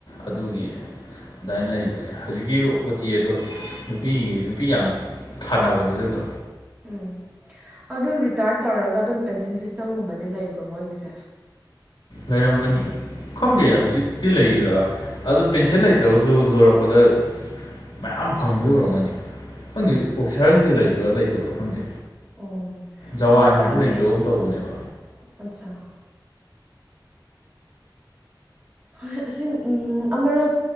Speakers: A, on the left (about 75°); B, on the right (about 20°).
A: ꯑꯗꯨꯒꯤ ꯑꯗꯨꯃꯥꯏꯅ ꯂꯩꯕꯅꯦ ꯍꯧꯖꯤꯛꯀꯤ ꯑꯣꯇꯤ ꯑꯗꯣ ꯅꯨꯄꯤꯒꯤ ꯅꯨꯄꯤ ꯌꯥꯝ ꯊꯥꯅꯕꯅꯦ ꯑꯗꯨꯗꯣ
B: ꯎꯝ ꯑꯗꯨꯣ ꯔꯤꯇꯥꯌꯔ ꯇꯧꯔꯒ ꯑꯗꯨꯝ ꯄꯦꯟꯁꯤꯟ ꯁꯤꯁꯇꯦꯝꯒꯨꯝꯕꯗꯤ ꯂꯩꯕ꯭ꯔꯣ ꯃꯣꯏꯒꯤꯁꯦ
A: ꯂꯩꯔꯝꯒꯅꯤ ꯈꯪꯗꯦ ꯍꯧꯖꯤꯛꯇꯤ ꯂꯩꯔꯥ ꯑꯗꯣ ꯄꯦꯟꯁꯤꯜ ꯂꯩꯇ꯭ꯔꯒꯁꯨ ꯂꯣꯏꯔꯛꯄꯗ ꯃꯌꯥꯝ ꯐꯪꯕꯤ ꯑꯣꯏꯔꯝꯒꯅꯤ ꯈꯪꯗꯦ ꯑꯣꯐꯤꯁꯥꯔꯒꯤꯗꯤ ꯂꯩꯕ꯭ꯔꯥ ꯂꯩꯇꯕ꯭ꯔꯥ ꯈꯪꯗꯦ
B: ꯑꯣ
A: ꯖꯋꯥꯟꯒꯤꯗꯤ
B: ꯍꯟꯗꯛꯀꯥꯟꯗꯤ
A: ꯂꯩꯇ꯭ꯔꯒꯨꯝ ꯇꯧꯕꯅꯦꯕ
B: <inaudible> ꯑꯠꯆꯥꯥ ꯍꯣꯏ ꯍꯣꯏ ꯑꯁꯤ ꯑꯃꯨꯔꯛ